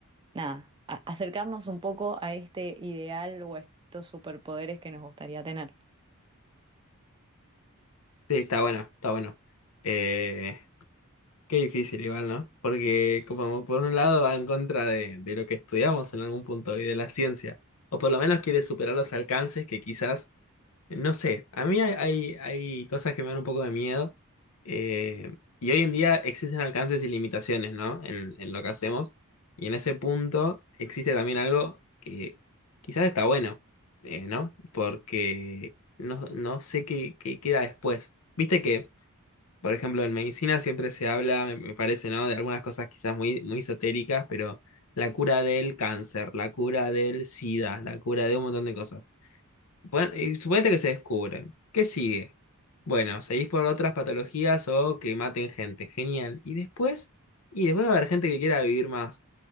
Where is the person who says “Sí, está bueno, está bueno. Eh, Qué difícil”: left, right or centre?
Left